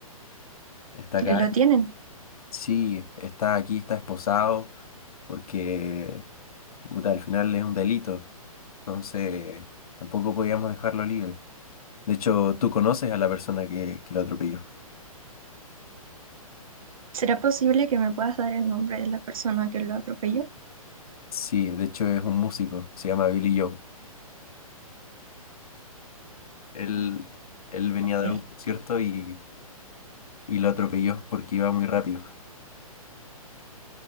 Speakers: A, on the left; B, on the right.
A: Está acá,
B: Lo tienen.
A: <laughs> sí, está aquí, está esposado, porque puta, al final es un delito. Entonces, tampoco podíamos dejarlo libre. De hecho, tú conoces a la persona que, que lo atropelló.
B: ¿Será posible que me puedas dar el nombre de la persona que lo atropelló?
A: Sí, de hecho es un músico, se llama Billy Joe. Él, él venía
B: Ok.
A: a dar un concierto y, y lo atropelló porque iba muy rápido.